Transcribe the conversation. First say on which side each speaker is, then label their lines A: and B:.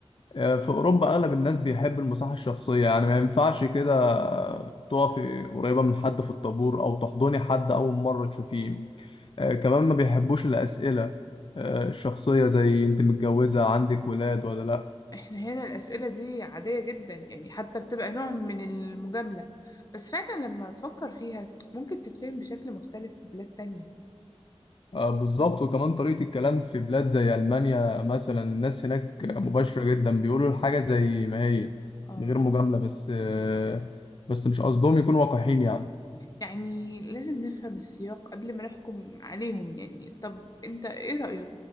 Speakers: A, on the left (about 50°); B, on the left (about 35°).
A: آه، في أوروبا أغلب الناس بيحب المساحة الشخصية يعني ما ينفعش كده تقفي قريبة من حد في الطابور أو تحضني حد أول مرة تشوفيه آه، كمان ما بيحبوش الأسئلة آه، الشخصية زي أنت متجوزة عندك ولاد ولا لأ
B: احنا هنا الاسئله دي عاديه جدا يعني حتى بتبقى نوع من المجامله بس فعلا لما تفكر فيها ممكن تتفهم بشكل مختلف في بلاد تانية
A: آه، بالظبط وكمان طريقة الكلام في بلاد زي ألمانيا مثلا الناس هناك مباشرة جدا بيقولوا الحاجة زي ما هي
B: اه
A: من غير مجاملة بس آه، بس مش قصدهم يكونوا وقاحين يعني
B: يعني لازم نفهم السياق قبل ما نحكم عليهم يعني طب انت ايه رأيك